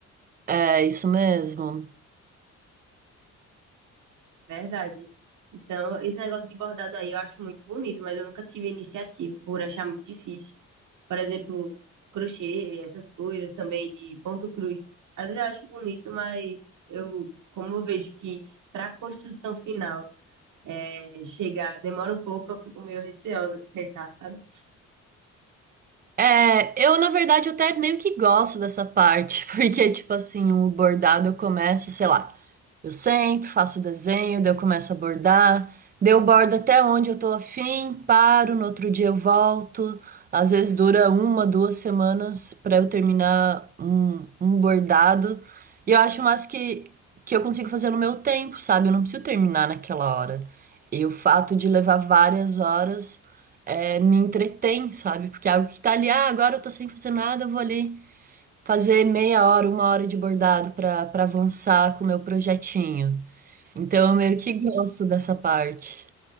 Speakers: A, on the right (about 30°); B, on the right (about 75°).
A: É isso mesmo.
B: Verdade. Então, esse negócio de bordado aí eu acho muito bonito, mas eu nunca tive iniciativa por achar muito difícil. Por exemplo, crochê, essas coisas também de ponto cruz. Às vezes eu acho bonito, mas eu, como eu vejo que para a construção final é chegar demora um pouco, eu fico meio receosa de tentar, sabe?
A: É, eu na verdade até meio que gosto dessa parte, <laughs> porque tipo assim, o bordado eu começo, sei lá. Eu sento, faço o desenho, daí eu começo a bordar, daí eu bordo até onde eu tô afim, paro, no outro dia eu volto. Às vezes dura uma, duas semanas pra eu terminar um, um bordado. E eu acho mais que, que eu consigo fazer no meu tempo, sabe? Eu não preciso terminar naquela hora. E o fato de levar várias horas eh, me entretém, sabe? Porque é algo que tá ali, ah, agora eu tô sem fazer nada, eu vou ali fazer meia hora, uma hora de bordado para para avançar com o meu projetinho. Então eu meio que gosto dessa parte.